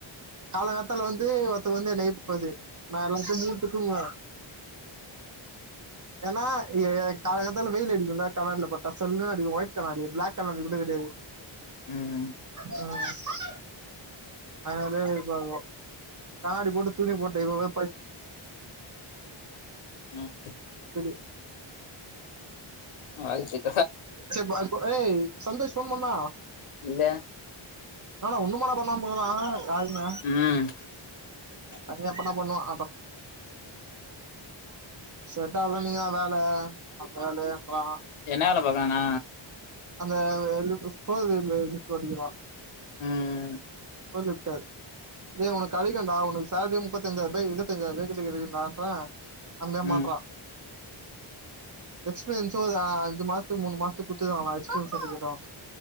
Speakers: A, on the right; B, on the left.
A: காலகாத்தால வந்து ஒருத்த வந்து என்ன எழுப்பும் போது நா எல்லாத்தயு மூட்டு தூங்குவே ஏன்னா எ காலகாத்தால வெயில் அடிக்குல கண்ணாடில பட்டா சல்லுன்னு அடிக்கு ஒயிட் கண்ணாடி பிளாக் கலர்ல கூட கெடையாது
B: ம்
A: அ அதனால இருப்பாங்கோ கண்ணாடி போட்டு துணி போட்டு
B: ம்
A: <unintelligible>
B: அது செரி
A: சேர் பாத் ஏ சந்தோஷ் ஃபோன் பண்ணா
B: இல்ல
A: ஏன்டா இண்ணுமாடா பண்ணாமா இருக்குறா கால்ல
B: ம்
A: அது எப்பனா பண்ணுவா ஆட்டு செட்டாவுல நீங்க தா வேல அப்ப வேலையன்றா
B: என்ன வேல பாக்குறாண்ணா
A: அந்த லிப் போதுல்ல லிப்தொடைக்குறா
B: ம்
A: ஹோலிப்டர் ஏ கெடைக்குடா உனக்கு சேலரி முப்பத்தஞ்சாயிரம் ரூபாய் இருபத்தஞ்சாயிரம் ரூபா கிட்ட கெடைக்குன்டான்ற அந்த
B: ம்
A: மாற்றா எக்ஸ்பீரியன்சு ஒரு அ அஞ்சு மாசத்துக்கு மூணு மாசத்துக்கு குத்துருக்காங்க டா எக்ஸ்பீரியன்ஸ் சர்டிபிகேட்டு